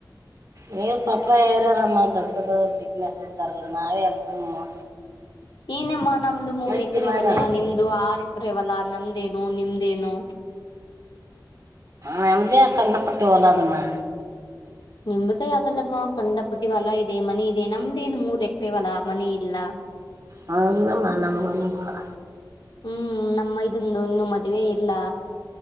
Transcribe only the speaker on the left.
ಏನಮ್ಮ ನಮ್ದು ಮೂರ್
ಎಕರೆವಲ್ಲಯ
ನಿಮ್ದು ಆರ್ ಎಕರೆವಲ್ಲಾ ನಮ್ದೇನು ನಿಮ್ದ. ಏನು.
ನಿಮ್ದೇ ಅದಲ್ಲಮಾ ಕಂಡಾಪಟ್ಟಿಹೊಲಾ ಇದೆ ಮನಿ ಇದೆ ನಮ್ದೇನ್ ಮೂರ್ ಎಕರೆಹೊಲಾ ಮನಿ ಇಲ್ಲಾ.
ಹ್ಮ್ ನಮ್ಮ ಮೈದುಂದು ಇನ್ನು ಮದುವೆ ಇಲ್ಲ.